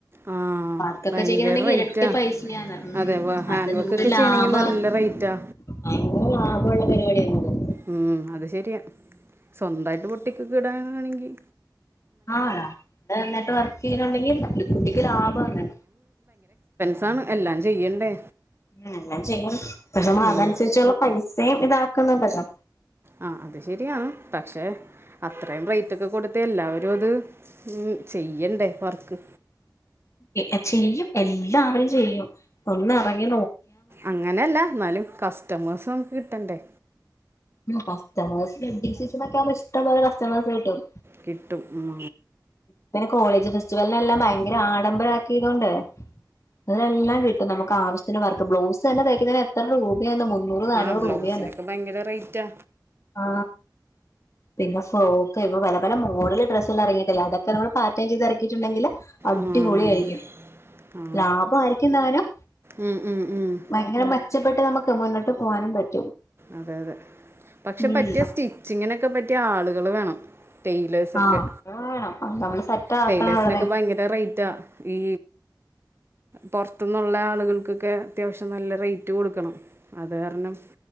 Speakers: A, on the right; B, on the left.
A: ആ
B: വർക്കൊക്കെ
A: ഭയങ്കര
B: ചെയുന്നുണ്ടെങ്കി
A: റേറ്റാ
B: ഇരട്ടി പൈസയാണ്. ഉം
A: അതെ ഹാൻഡ്
B: അതെന്ത്
A: വർക്ക് ഒക്കെ
B: ലാഭാണ്.
A: ചെയ്യണമെങ്കിൽ നല്ല റേറ്റാ
B: ഭയങ്കര ലാഭം ഒള്ള പരിപാടിയായിരുന്നുല്ലോ
A: ഉം അത് ശെരിയ. സ്വന്തായിട്ട് ബൊട്ടീക്കൊക്കെ ഇടാനാണെങ്കി
B: ആഹ് നമ്മള് നന്നായിട്ട് വർക്ക് ചെയ്യുന്നുണ്ടെങ്കിൽ ബോട്ടീക്ക് ലാഭം ആണ്.
A: അതാണ് എല്ലാം ചെയ്യണ്ടേ
B: ഉം എല്ലാം ചെയ്യണം. പക്ഷെ നമ്മളതനുസരിച്ചുള്ള
A: ഉം.
B: പൈസയും ഇതാ ക്കുന്നുണ്ടല്ലോ.
A: ആ അത് ശെരിയാണ്. പക്ഷെ അത്രയും റേറ്റൊക്കെ കൊടുത്ത് എല്ലാവരും അത് ഉം ചെയ്യണ്ടേ വർക്ക്.
B: എന്ത് ചെയ്യും എന്താ ച്ചെയും ഒന്ന് ഉറങ്ങി
A: അങ്ങനെയല്ല എന്നാലും കസ്റ്റമേഴ്സ് കിട്ടേണ്ടേ
B: കസ്റ്റമേസ് ശ്രദ്ധിച്ചിരുന്നാ ഇഷ്ടം പോലെ കസ്റ്റമേഴ്സിനെ കിട്ടും
A: കിട്ടും ഉം
B: ഇങ്ങനെ കോളേജ് ഫസ്റ്റവെല്ലിന് എല്ലാം ഭയങ്കര ആഡംബരമാക്കിയത് കൊണ്ട് അതിനെല്ലാം കിട്ടും നമുക്ക് ആവശ്യത്തിന് വർക്ക് ബ്ലൗസ് തന്നെ തയ്യിക്കുന്നതിന് എത്ര രൂ മൂന്നൂറ് നാന്നൂറ്
A: ആ ബ്ലൗസിനൊക്കെ
B: രൂപയാണ്
A: ഭയങ്കര റേറ്റാ
B: ആ പിന്നെ സ്‌റ്റോക്ക് ഇപ്പം പല പല മോഡല് ട്രസ് കൾ ഇറ അതൊക്കെ നമ്മള് പറ്റേൺ ചെയ്ത് ഇറക്കിയിട്ടുണ്ടെങ്കില് അടിപൊളി
A: ഉം.
B: ആയിരിക്കും
A: ആ.
B: ലാഭം ആയിരിക്കും താനും
A: ഉം, ഉം, ഉം.
B: ഭയങ്കര മെച്ചപ്പെട്ട മുന്നോട്ടുപോകാനും പറ്റ്
A: അതെ അതെ പക്ഷേ
B: ഉം
A: പറ്റിയ സ്റ്റിജീങ്ങിന്നെക്കെ പറ്റിയ ആള് കള് വേണം ടൈലേഴ്സ്
B: ആഹ്
A: ഒക്കെ
B: അത് വേണം നമ്മള് സെറ്റ് ആക്കണം
A: ടൈലേഴ്സിനൊക്കെ
B: അവളെ
A: ഭയങ്കര റൈറ്റാ ഈ പുറത്തുന്നുള്ള ആൾക്കാർക്ക് അത്യാവശ്യം നല്ല റേറ്റ് കൊടുക്കണം അത് കാരണം